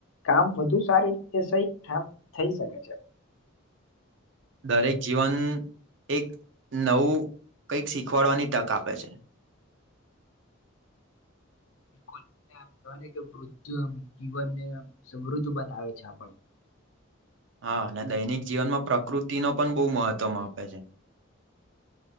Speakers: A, on the left; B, on the right.
A: કામ વધુ સારી રીતે સહી કામ થઈ શકે છે.
B: દરેક જીવન એક નવું કંઈક શીખવાડવાની તક આપે છે. <inaudible>
A: બિલકુલ અને આમ કેયા કે વૃદ્ધમ જીવનને સમૃદ્ધ બનાવે છે આપણ
B: હા અને દૈનિક જીવનમાં પ્રકૃતિ ન પણ બહુ મહત્વમ આપે છે. <inaudible>